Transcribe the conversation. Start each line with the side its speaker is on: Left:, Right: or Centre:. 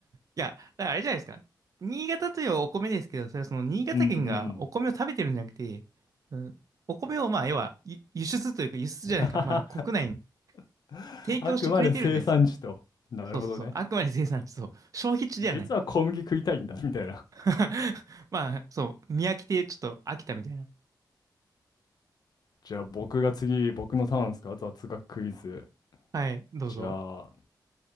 Right: いや、だからあれじゃないですか。新潟というお米ですけど、それはその新潟県がお米を食べてるんじゃなくて、
Left: <laughs> うんうん。
Right: うん、お米をまあ、要は輸輸出というか輸出じゃないか、
Left: <laughs>
Right: まあ、国内に
Left: <laughs>
Right: 提供してくれてるんじゃないですか。
Left: あくまで生産地と。なるほどね。
Right: そうそうそう。あくまで生産地、そう。消費地ではない。
Left: 実は小麦食いたいんだ、みたいな。
Right: <laughs> まあ、そう。見飽きて、ちょっと飽きたみたいな。
Left: じゃあ僕が次、僕のターンですか雑学クイズ。
Right: はい、どうぞ。
Left: じゃあ、